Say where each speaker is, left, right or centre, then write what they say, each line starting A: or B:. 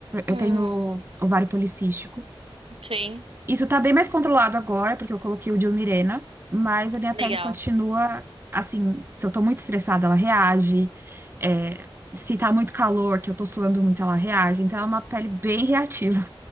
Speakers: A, on the right; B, on the right.
A: hum,
B: eu tenho ovário policístico.
A: sim.
B: Isso tá bem mais controlado agora, porque eu coloquei o Dilmirena, mas a minha
A: Legal.
B: pele continua, assim, se eu tô muito estressada, ela reage. É, se tá muito calor, que eu tô suando muito, ela reage. Então é uma pele bem reativa.